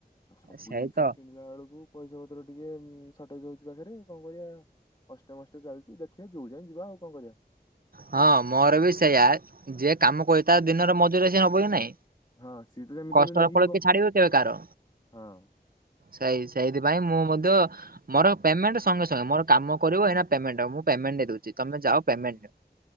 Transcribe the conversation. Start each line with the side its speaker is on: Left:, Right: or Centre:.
Left: ଆଉ ସବୁ
Right: ସେଇ
Left: ଜିନିଷ
Right: ତ
Left: କିଣିଲା ବେଳକୁ ପଇସା ପତ୍ର ଟିକେ ସଟେଜ୍ ହୋଉଚି ପାଖରେ କଣ କରିବା। କଷ୍ଟେମଷ୍ଟେ ଚାଲିଚି ଦେଖିବା ଯୋଉ ଯାଏଁ ଯିବା ଆଉ କଁ କରିବା।
Right: ହଁ ମୋର ବି ସେଇୟଆ ଯିଏ କାମ କରୁଚି ତା ଦିନର ମଜୁରୀ ସିଏ ନବକି ନାଇଁ?
Left: ହଁ ସିଏ ତ ଯେମିତି
Right: କଷ୍ଟର
Left: ହେଲେ ନେଇକି
Right: ଫଳ
Left: ଯିବ
Right: କିଏ ଛଡିିବ କେବେ କାହାର?
Left: ହଁ।
Right: ସେଇ ସେଇଥିପାଇଁ ମୁଁ ମଧ୍ୟ ମୋର ପେମେଣ୍ଟେ ସଙ୍ଗେ ସଙ୍ଗେ ମୋର କାମ କରିବ ଏଇନା ପେମେଣ୍ଟ ମୁ ପେମେଣ୍ଟ୍ ଦେଇ ଦୋଉଛି ତମେ ଯାଅ ପେମେଣ୍ଟ୍
Left: ହୁଁ